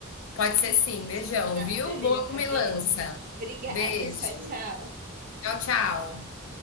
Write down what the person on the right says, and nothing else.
Tá,
beleza,
beijo. Obrigada,
<laughs> tchau, tchau.